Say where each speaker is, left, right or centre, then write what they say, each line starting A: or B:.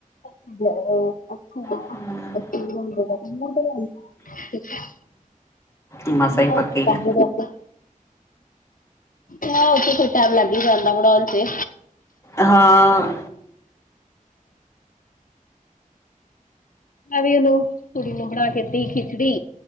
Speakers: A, on the left; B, on the left.
A: <unintelligible>
B: ਬਣਾਉਂਦੇ,
A: <unintelligible>
B: ਮਸਾਂ
A: ਹਾਂ।
B: ਹੀ
A: ਹੋ
B: ਪੱਕੀ
A: ਤਾਂ ਲਾਗੇ
B: ਆ
A: ਰਹਿੰਦਾ। ਹਾਂ, ਉਹ ਤੇ ਫੇਰ ਟਾਈਮ ਲੱਗ ਹੀ ਜਾਂਦਾ ਬਣਾਉਣ ਤੇ।
B: ਹਾਂ।
A: ਮੈਂ ਵੀ ਉਹਨੂੰ ਕੁੜੀ ਨੂੰ ਮੈ ਕੀਤੀ ਖਿੱਚੜੀ।